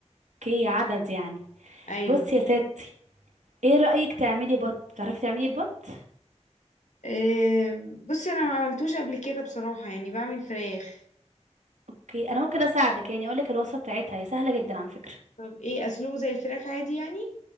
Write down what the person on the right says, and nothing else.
اوكي عدد يعني
بصي يا ستي ايه رايك تعملي بط تعرفي تعملي البط
اوكي انا ممكن اساعدك يعني اقولك الوصفه بتاعتها هي سهله جدا على فكره